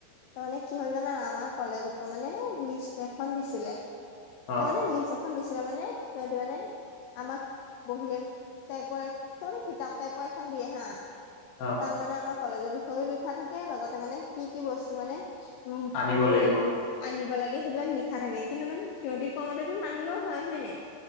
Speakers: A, on the left (about 85°); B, on the left (about 60°).
A: তা মানে কি হ'ল জানা? আমাৰ কলেজ পা মানে লিষ্ট এখন দিছিলে।
B: অ',
A: তাৰমানে লিষ্ট এখন দিছিলে মানে সিহঁতি মানে আমাক বহী টাইপৰ এ তা মানে কিতাপ টাইপৰ এখন দিয়ে হা।
B: অ।
A: তাত মানে আমাৰ কলেজৰ বিষয়েও লিখা থাকে, লগতে মানে কি কি বস্তু মানে উম
B: আনিব লাগিব
A: এ উম
B: অ',
A: আনিব লাগে সেইবিলাক লিখা থাকে, কিন্তু মানে সিহঁতি কোৱামতেটো নানিলেও হয়, হয় নাই?